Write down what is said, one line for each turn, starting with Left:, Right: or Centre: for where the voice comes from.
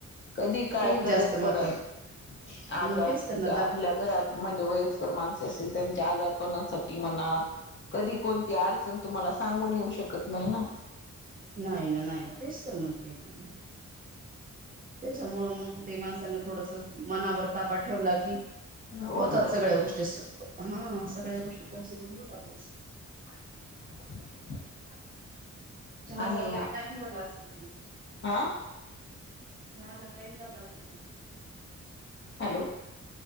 Left: कधी काय
Right: खूप
Left: गरज
Right: जास्त महत्वाचे
Left: पडेल आजारी
Right: मग तेच तर ना दा
Left: आपल्या घरात म्हणजे वयस्कर माणस असतील त्यां आजारपणासाठी म्हणा कधी कोणती अडचण तुम्हाला सांगून येऊ शकत नाही ना
Right: नाही ना नाही ना तेच तर म्हणते म मी. त्याच्यामुं मग ते माणसानं थोडस मनावर ताबा ठेवला की
Left: होऊन
Right: होतात
Left: जात
Right: सगळ्या गोष्टी हा सगळ्या गोष्टी पॉसिबल होतातच.
Left: <inaudible>
Right: <unintelligible>
Left: आणि
Right: झाला
Left: हा
Right: <unintelligible>
Left: हॅलो